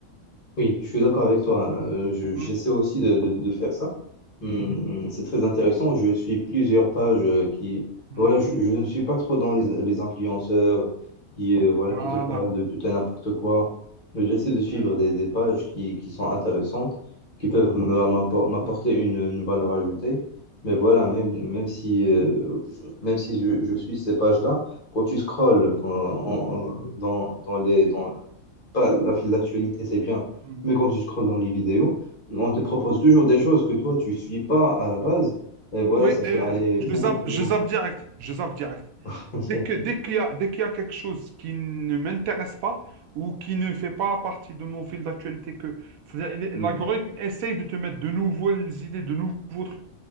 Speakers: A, on the left (about 40°); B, on the right (about 85°).
A: Oui, je suis d'accord avec toi. Euh, je- j'essaie
B: Mm,
A: aussi de, de- de faire ça. Hum,
B: mm,
A: c'est très intéressant. Je suis plusieurs pages euh, qui...
B: mm,
A: Voilà, je,
B: mm.
A: je ne suis pas trop dans les, les influenceurs qui, euh, voilà,
B: Voilà.
A: qui te parlent de tout et n'importe quoi. Mais J'essaie de suivre
B: Ouais.
A: des, des pages qui, qui sont intéressantes, qui peuvent me- m'appor- m'apporter
B: Mm,
A: une, une valeur ajoutée. Mais voilà, même, même si,
B: mm,
A: euh, même si je, je suis ces pages-là, quand tu scrolles quand, en- en-
B: mm,
A: dans, dans les, dans, pas la file d'actualité, c'est bien,
B: mm, mm,
A: mais quand tu scrolles dans les vidéos, on te
B: mm.
A: propose toujours des choses que toi, tu suis pas à la base. Et voilà,
B: Oui,
A: ça peut
B: euh,
A: aller
B: je
A: beaucoup
B: zappe,
A: plus
B: je
A: loin.
B: zappe direct, je zappe direct.
A: <laughs>
B: Dès que, dès qu'il y a, dès qu'il y a quelque chose qui ne m'intéresse pas ou qui ne fait pas partie de mon fil d'actualité que, c'est-à-dire, il est-
A: Mm,
B: l'algorithme essaye de te mettre de nouvelles idées, de nouveaux trucs.